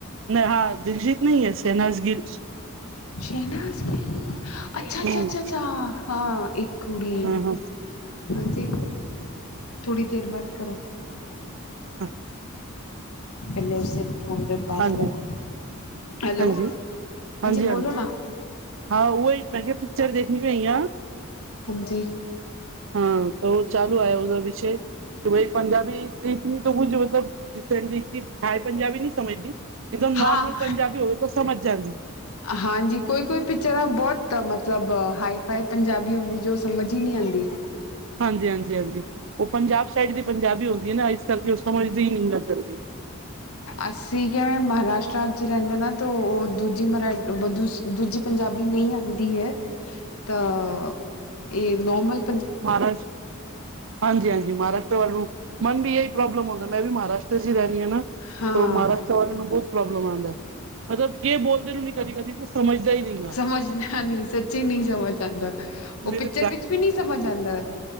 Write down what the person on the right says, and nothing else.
ਹਾਂ ਦਲਜੀਤ ਨਹੀਂ ਹੈੇ ਸ਼ਹਨਾਜ ਗਿਲ
ਹੂੰ,
ਹਾਂ-ਹਾਂ।
ਹੱ
ਹਾਂਜੀ,
ਹਾਂਜੀ- ਹਾਂਜੀ-
ਹਾਂਜੀ
ਹਾਂ ਉ ਹੀ ਮੈ ਕਿਹਾ ਪਿਕਚਰ ਦੇਖਣੀ ਪਈ ਆ
ਹਾਂ ਉਹ ਚਾਲੂ ਆ ਉਹਦਾ ਵਿਸ਼ਯ ਕਿ ਭਈ ਪੰਜਾਬੀ ਤਾਂ ਕੁਝ ਮਤਲਬ ਰੀਸੈਂਟਲੀ ਇਤਨੀ ਹਾਈ ਪੰਜਾਬੀ ਨਹੀਂ ਸਮਝਦੀ, ਇੱਕਦਮ
ਨੋਰਮਲ ਪੰਜਾਬੀ ਹੋਵੇ ਤਾਂ ਸਮਝ ਜਾਂਦੀ
<inaudible> <inaudible> ਹਾਂਜੀ- ਹਾਂਜੀ- ਹਾਂਜੀ ਉਹ ਪੰਜਾਬ ਸਾਈਡ ਦੀ ਪੰਜਾਬੀ ਹੁੰਦੀ ਹੈ ਨਾ, ਇਸ ਕਰਕੇ ਉਸ ਸਮਦੀ ਨ ਗੱਲ ਜਾਂਦੀ
ਮਹਾਰਾਜ ਹਾਂਜੀ -ਹਾਂਜੀ ਮਹਾਰਾਸ਼ਟਰ ਵੱਲ ਨੂੰ, ਮਨ ਵੀ ਇਹੀ ਪ੍ਰੋਬਲਮ ਹੁੰਦਾ, ਮੈਂ ਵੀ ਮਹਾਰਾਸ਼ਟਰ ਚ ਹੀ ਰਹਿ ਰਹੀ ਹ ਨਾ
ਤ ਮਹਾਰਾਸ਼ਟਰ ਵਾਲੇ ਨੂੰ ਬਹੁਤ ਪ੍ਰੋਬਲਮ ਆਉਂਦਾ, ਮਤਲਬ ਕਿ ਬੋਲਦੇ ਕਦੀ- ਕਦੀ ਸਮਝਦਾ ਹੀ ਨਹੀਂ-
ਮੇਰੇ